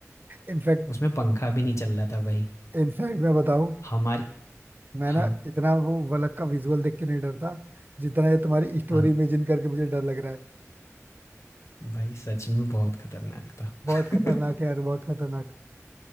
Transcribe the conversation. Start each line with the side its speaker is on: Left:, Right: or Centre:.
Right: इनफैक्ट
Left: उसमें पंखा भी नहीं चल रहा था भाई
Right: इनफैक्ट मैं बताऊं
Left: हमारी
Right: मैं ना
Left: हाँ
Right: इतना वो वलक का विजुअल देख के नहीं डरता जितना ये तुम्हारी स्टोरी
Left: हाँ
Right: इमेजिन करके मुझे डर लग रहा है
Left: भाई सच में बहुत खतरनाक था
Right: बहुत
Left: <laughs>
Right: खतरनाक है यार बहुत खतरनाक